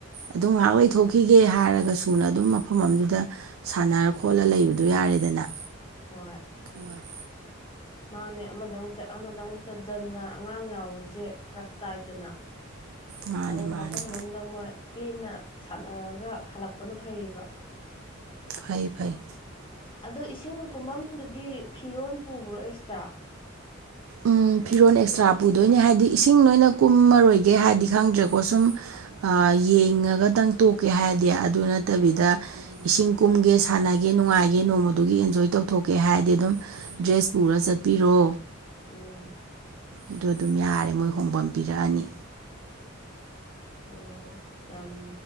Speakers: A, on the right (about 80°); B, on the left (about 25°).
A: ꯑꯗꯨ ꯉꯥꯏꯍꯥꯛ ꯂꯩꯊꯣꯛꯈꯤꯒꯦ ꯍꯥꯏꯔꯒ ꯁꯨꯅ ꯑꯗꯨꯝ ꯃꯐꯝ ꯑꯃꯗꯨꯗ ꯁꯥꯟꯅꯔ ꯈꯣꯠꯂ ꯂꯩꯕꯗꯣ ꯌꯥꯔꯦꯗꯅ
B: ꯍꯣꯏ
A: ꯍꯣꯏ
B: ꯃꯥꯅꯦ ꯑꯃꯗꯧ ꯆꯠ ꯑꯃꯗꯧ ꯆꯠ ꯖꯟ ꯖꯥꯟ ꯑꯉꯥꯡ ꯌꯥꯎꯕꯁꯦ ꯈꯔ ꯇꯥꯏꯗꯅ
A: ꯃꯥꯅꯤ
B: ꯑꯗꯨꯅ
A: ꯃꯥꯅꯤ
B: ꯃꯐꯝ ꯑꯃꯗ ꯃꯣꯏ ꯄꯦꯅ ꯁꯥꯟꯅꯔꯒ ꯍꯜꯂꯛꯄꯅ ꯐꯩꯌꯦꯕ
A: ꯐꯩ ꯐꯩ
B: ꯑꯗꯣ ꯏꯁꯤꯡ ꯀꯨꯝꯐꯝꯗꯨꯗꯤ ꯐꯤꯔꯣꯜ ꯄꯨꯕ꯭ꯔꯣ ꯑꯦꯛꯁꯇ꯭ꯔꯥ
A: ꯎ ꯐꯤꯔꯣꯟꯜ ꯑꯦꯛꯁꯇ꯭ꯔꯥ ꯄꯨꯗꯣꯏꯅꯦ ꯍꯥꯏꯕꯗꯤ ꯏꯁꯤꯡ ꯅꯣꯏꯅ ꯀꯨꯝꯃꯔꯣꯏꯒꯦ ꯍꯥꯏꯗꯤ ꯈꯪꯗ꯭ꯔꯦꯀꯣ ꯁꯨꯝ ꯌꯦꯡꯉꯒꯇꯪ ꯇꯣꯛꯀꯦ ꯍꯥꯏꯔꯗꯤ ꯑꯗꯨ ꯅꯠꯇꯕꯤꯗ
B: ꯎꯝ
A: ꯏꯁꯤꯡ ꯀꯨꯝꯒꯦ ꯁꯥꯟꯅꯒꯦ ꯅꯨꯡꯉꯥꯏꯒꯦ ꯅꯣꯡꯃꯗꯨꯒꯤ ꯑꯦꯟꯖꯣꯏ ꯇꯧꯊꯣꯛꯀꯦ ꯍꯥꯏꯔꯗꯤ ꯑꯗꯨꯝ ꯗ꯭ꯔꯦꯁ ꯄꯨꯔ ꯆꯠꯄꯤꯔꯣ
B: ꯎꯝ
A: ꯑꯗꯨ ꯑꯗꯨꯝ ꯌꯥꯔꯦ ꯃꯣꯏ ꯍꯣꯡꯐꯝ ꯄꯤꯔꯛꯑꯅꯤ
B: ꯑꯣ ꯌꯥꯝ